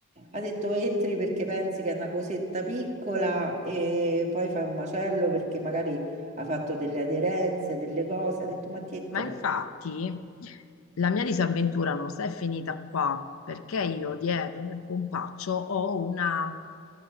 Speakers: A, on the right (about 30°); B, on the left (about 75°).
A: ha detto entri perché pensi che è una cosetta piccola e poi fai un macello perché magari ha fatto delle aderenze, delle cose. Ha detto ma tientela.
B: Ma infatti la mia disavventura non si è finita qua, perché io dietro nel pompaccio ho una,